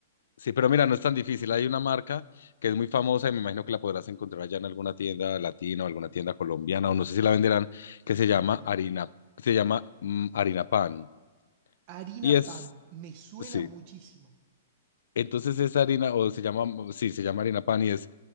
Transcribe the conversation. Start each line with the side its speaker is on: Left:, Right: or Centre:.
Left: sí, pero mira, no es tan difícil. Hay una marca que es muy famosa y me imagino que la podrás encontrar allá en alguna tienda latina o alguna tienda colombiana o no sé si la venderán, que se
Right: como
Left: llama
Right: cuál.
Left: harina, se llama mm, harina pan.
Right: Harina
Left: Y es,
Right: pan, me suena
Left: sí,
Right: muchísimo,
Left: Entonces esa harina, o se llama, mm, sí, se llama harina pan y es,